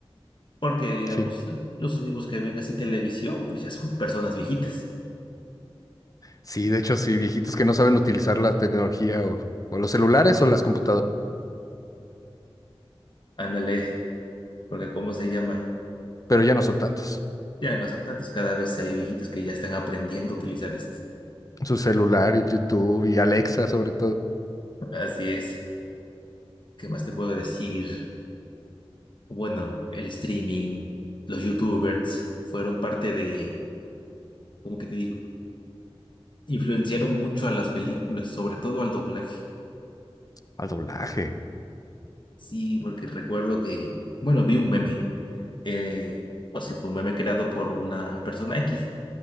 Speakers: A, on the left; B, on the left.
A: Porque, digamos,
B: Sí.
A: los únicos que ven así televisión, pues ya son personas viejitas.
B: Sí, de hecho, sí, viejitos que no saben utilizar la tecnología o, o los celulares o las computadoras,
A: Ándale, porque ¿cómo se llama?
B: pero ya no son tantos.
A: Ya no son tantos, cada vez hay viejitos que ya están aprendiendo a utilizar esto.
B: Su celular y el YouTube y Alexa, sobre todo.
A: Así es. ¿Qué más te puedo decir? Bueno, el streaming, los YouTubers fueron parte de, ¿cómo que te digo? influenciaron mucho a las películas, sobre todo al doblaje.
B: Al doblaje.
A: Sí, porque recuerdo que, bueno, vi un meme, eh, o si fue un meme creado por una persona X,